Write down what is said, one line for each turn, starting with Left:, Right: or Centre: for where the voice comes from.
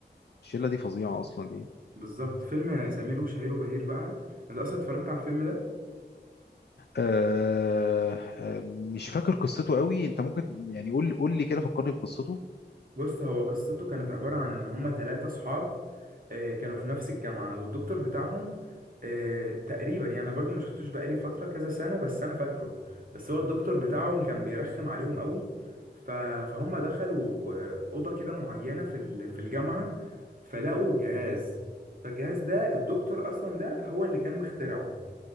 Left: الشله دي فظيعه اصلا يعني
Right: بالظبط فيلم سمير وشهير وبهير بقى انت اصلا اتفرجت على الفيلم ده
Left: أه... أه، مش فاكر قصته قوي انت ممكن يعني قول قول لي كده فكرني بقصته
Right: بص هو قصته كانت عباره عن ان هما ثلاثه اصحاب آه، كانوا في نفس الجامعة والدكتور بتاعهم آه، تقريبا يعني أنا برضو ما شفتوش بقالي فترة كذا سنة بس أنا فاكره بس هو الدكتور بتاعهم كان بيرخم عليهم قوي ف- فهم دخلوا آه، أوضة كده معينة في ال- في الجامعة فلقوا جهاز فالجهاز ده الدكتور أصلا ده هو اللي كان مخترعه